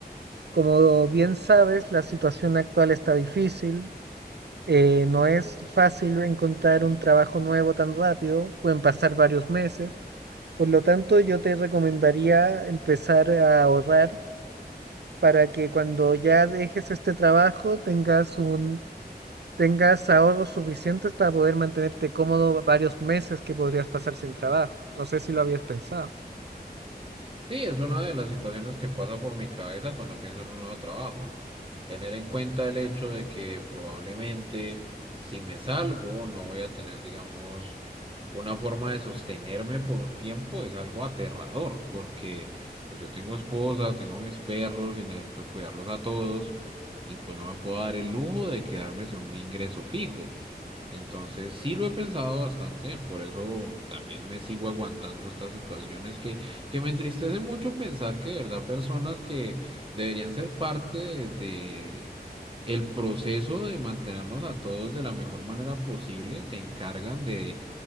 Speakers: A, on the right (about 85°); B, on the right (about 30°).
A: como bien sabes, la situación actual está difícil. eh, no es fácil encontrar un trabajo nuevo tan rápido, pueden pasar varios meses. Por lo tanto, yo te recomendaría empezar a ahorrar para que cuando ya dejes este trabajo tengas un, tengas ahorros suficientes para poder mantenerte cómodo varios meses que podrías pasar sin trabajo. No sé si lo habías pensado.
B: Sí, es una de las situaciones que pasa por mi cabeza cuando pienso en un nuevo trabajo. Tener en cuenta el hecho de que probablemente si me salgo no voy a tener, digamos, una forma de sostenerme por un tiempo es algo aterrador, porque pues yo tengo esposa, tengo mis perros y necesito cuidarlos a todos y pues no me puedo dar el lujo de quedarme sin un ingreso fijo. Entonces sí lo he pensado bastante, por eso también me sigo aguantando estas situaciones que que me entristece mucho pensar que de verdad personas que deberían ser parte de, de el proceso de mantenernos a todos de la mejor manera posible se encargan de